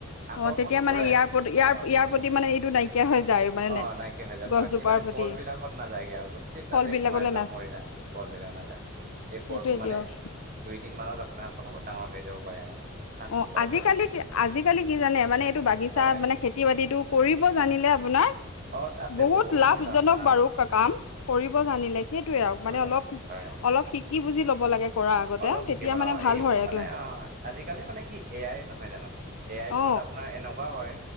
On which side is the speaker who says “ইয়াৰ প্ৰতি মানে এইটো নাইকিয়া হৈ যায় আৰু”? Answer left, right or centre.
Left